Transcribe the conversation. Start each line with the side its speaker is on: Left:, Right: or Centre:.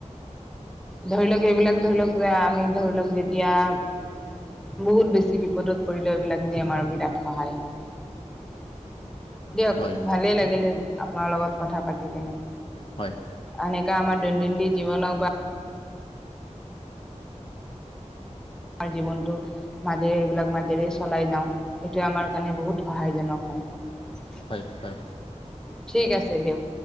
Centre: ধৰি লওক এইবিলাক ধৰি লওক আমি ধৰি লওক যেতিয়া বহুত বেছি বিপদত পৰিলে এইবিলা যে আমাৰ বিৰাট সহায় হয় দিয়ক
Left: হয়
Centre: ভালেই লাগিলে আপোনাৰ লগত কথা পাতি কেনে
Left: হয়
Centre: এনেকোৱা আমাৰ দৈনন্দিনন্দিন জীৱনক বা আমাৰ জীৱনটো মাজেৰে এইবিলাক মাজেৰে চলাই যাওঁ সেইটোৱে আমাৰ কাৰণে বহুত সহায়জনক হয় হয়
Left: হয় হয়
Centre: ঠিক আছে দিয়ক